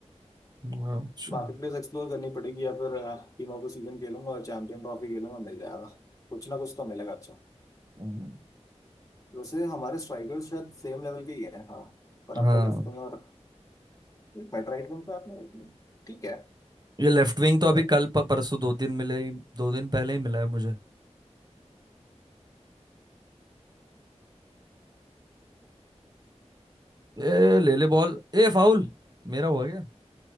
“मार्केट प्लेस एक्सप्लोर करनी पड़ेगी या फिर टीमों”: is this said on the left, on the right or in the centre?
Left